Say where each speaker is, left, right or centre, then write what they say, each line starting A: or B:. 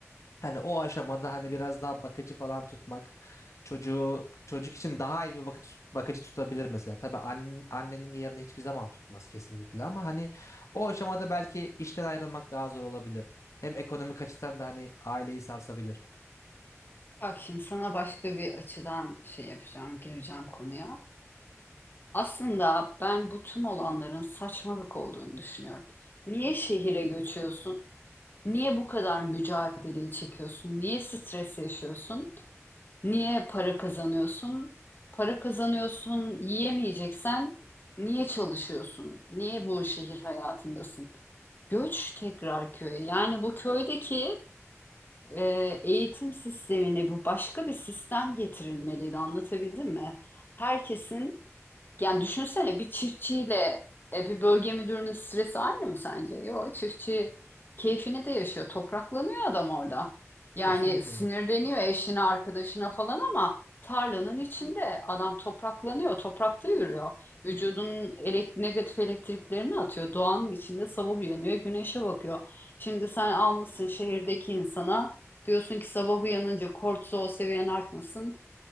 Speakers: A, on the left (about 75°); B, on the left (about 40°).
A: Hani o aşamada hani biraz daha bakıcı falan tutmak çocuğu çocuk için daha iyi bir bakıcı, bakıcı tutabilir mesela. Tabii an- annenin yerini hiçbir zaman tutmaz kesinlikle ama hani o aşamada belki işten ayrılmak daha zor olabilir. Hem ekonomik açıdan da hani aileyi sarsabilir.
B: Bak şimdi sana başka bir açıdan şey yapacağım, gireceğim konuya. Aslında ben bu tüm olanların saçmalık olduğunu düşünüyorum. Niye şehire göçüyorsun? Niye bu kadar mücadeleyi çekiyorsun? Niye stres yaşıyorsun? Niye para kazanıyorsun? Para kazanıyorsun, yiyemeyeceksen niye çalışıyorsun? Niye bu şehir hayatındasın? Göç tekrar köye. Yani bu köydeki e, eğitim sistemine bu başka bir sistem getirilmeliydi. Anlatabildim mi? Herkesin yani düşünsene bir çiftçiyle e, bir bölge müdürünün stresi aynı mı sence? Yok, çiftçi keyfini de yaşıyor. Topraklanıyor adam orada. Yani
A: Kesinlikle.
B: sinirleniyor eşine, arkadaşına falan ama tarlanın içinde adam topraklanıyor, toprakta yürüyor. Vücudunun elek- negatif elektriklerini atıyor. Doğanın içinde sabah uyanıyor, güneşe bakıyor. Şimdi sen almışsın şehirdeki insana diyorsun ki sabah uyanınca kortizol seviyen artmasın.